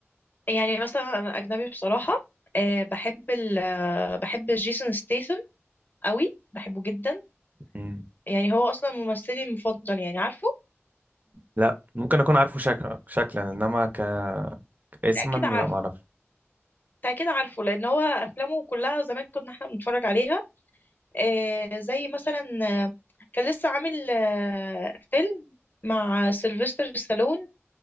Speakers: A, on the left (about 40°); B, on the right (about 35°).
A: يعني مثلا انا اجنبي بصراحة أه بحب ال آه، بحب جيسون ستيثم قوي بحبه جدا
B: مم.
A: يعني هو اصلا ممثلي المفضل يعني عارفه
B: لا ممكن اكون عارفه شكلا شكلا انما ك اسما
A: أنت اكيد عارف
B: لا ما اعرفش
A: أنت اكيد عارفه لان هو افلامه كلها زمان كنا احنا بنتفرج عليها آه، زي مثلا آه، كان لسه عامل آه، فيلم مع سيلفستر ستالون